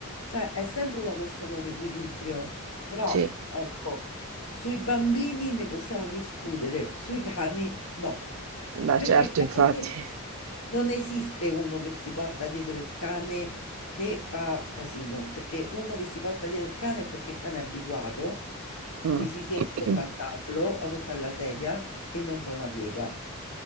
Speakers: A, on the left; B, on the right.
A: Cioè, è sempre una questione di equilibrio, però
B: Sì,
A: ecco, sui bambini ne possiamo discutere, sui cani no, <laughs>
B: beh,
A: perché
B: certo,
A: il cane
B: infatti.
A: non esiste uno che si porta dietro il cane che fa casino, perché uno che si porta dietro il cane è perché il cane è abituato,
B: Mm.
A: ti si siede
B: <clears throat>
A: sotto al tavolo o sotto alla sedia e non fa una piega.